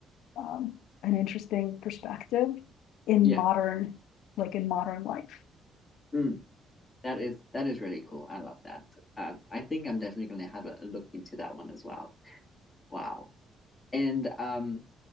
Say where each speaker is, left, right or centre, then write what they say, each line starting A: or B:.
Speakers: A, on the left (about 85°); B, on the left (about 25°).
A: um, an interesting perspective in
B: Yeah.
A: modern, like in modern life.
B: Hmm. That is that is really cool. I love that. Um, I think I'm definitely gonna have a a look into that one as well. Wow. And um,